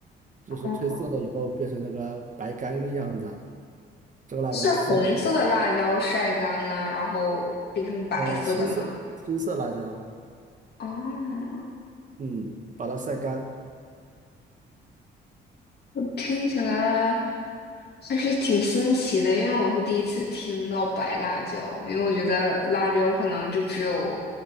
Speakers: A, on the right; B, on the left.
A: 就是褪色了以后变成那个白干一样的，
B: 哦，
A: 这个辣椒特别，
B: 是红色的辣椒晒干了，然后变成白色的吗？
A: 嗯，青色青色辣椒，
B: 哦，
A: 嗯，把它晒干，
B: 听起来还是挺新奇的，因为我是第一次听到白辣椒，因为我觉得辣椒可能就只有